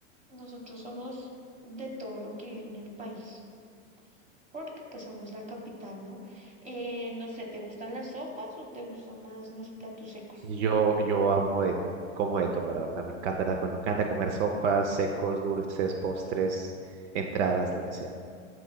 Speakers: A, on the right (about 20°); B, on the right (about 65°).
A: nosotros somos de todo lo que viene en el país. porque pues somos la capital, ¿no? Eh, no sé, ¿te gustan las sopas o te gustan más los platos secos?
B: Yo, yo amo de, como de todo, la verdad. Me encanta, la- me encanta comer sopas, secos, dulces, postres, entradas, lo que sea.